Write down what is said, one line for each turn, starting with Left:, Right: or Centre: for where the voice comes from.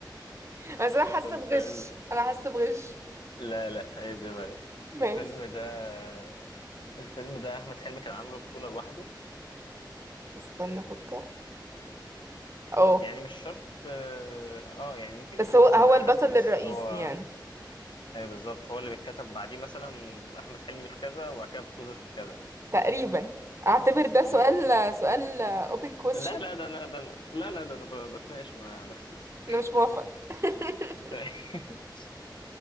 Right: بس انا
Left: <laughs>
Right: حاسه
Left: الفيلم
Right: بغش انا حاسه بغش
Left: لا لا عيب يا بالك
Right: ماشي
Left: الفيلم ده الفيلم ده احمد حلمي كان عامله بطولة لوحده
Right: استنى افكر اه
Left: يعني مش شرط اه آه، يعني ممكن
Right: بس
Left: يبقى
Right: هو
Left: مثلا
Right: هو
Left: معاه
Right: البطل
Left: حد بس
Right: الرئيسي
Left: هو
Right: يعني
Left: اي بالظبط هو اللي بيتكتب بعديه مثلا احمد حلمي في كذا وبعد كده بطولة كذا
Right: تقريبا اعتبر ده سؤال
Left: إيه.
Right: سؤال open question
Left: لا لا ده انا ده أنا- لا لا ده انا ب- بتناقش مع نفسي بس
Right: انا مش موافقه <laughs>
Left: <laughs>